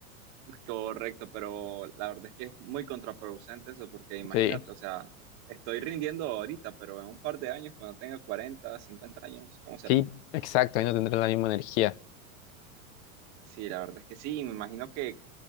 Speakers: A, on the right; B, on the left.
A: <laughs> Correcto, pero la verdad es que es muy contraproducente eso, porque imagínate,
B: Sí,
A: o sea, estoy rindiendo ahorita, pero en un par de años, cuando tenga 40 50 años, ¿cómo será?
B: sí, exacto, ahí no tendrán la misma energía.
A: Sí, la verdad es que sí, y me imagino que